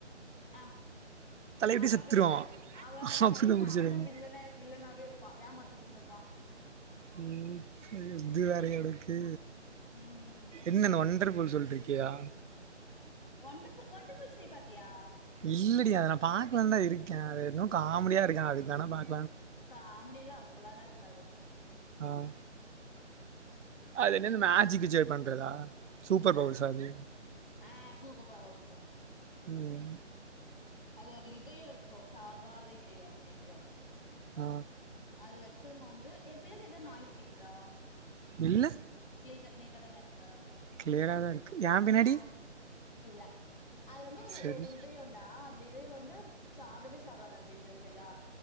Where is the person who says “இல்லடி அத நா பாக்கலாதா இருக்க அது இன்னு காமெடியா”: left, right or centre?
Right